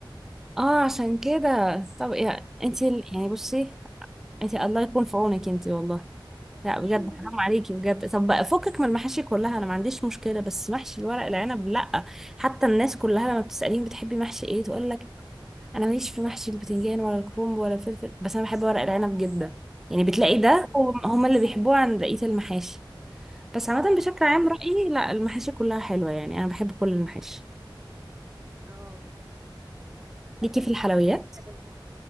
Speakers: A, in the centre; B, on the right (about 20°).
A: اه عشان كده طب يا انتي
B: مم.
A: ال- يعني بصي انتي الله يكون في عونك انتي والله لا بجد
B: <laughs>
A: حرام عليكي بجد طب بقى فكك من المحاشي كلها انا ما عنديش مشكلة بس محشي الورق العنب لا حتى الناس كلها لما بتسأليهم بتحبي محشي ايه تقول لك انا ماليش في محشي البتنجان ولا الكرنب ولا الفلفل بس انا بحب ورق العنب جدا يعني بتلاقي ده
B: مم.
A: هم هم اللي بيحبوه عن بقية المحاشي بس عامة بشكل عام
B: مم.
A: رأيي لا المحاشي كلها حلوة يعني أنا بحب كل المحاشي
B: اه
A: ليكي في الحلويات
B: حلويات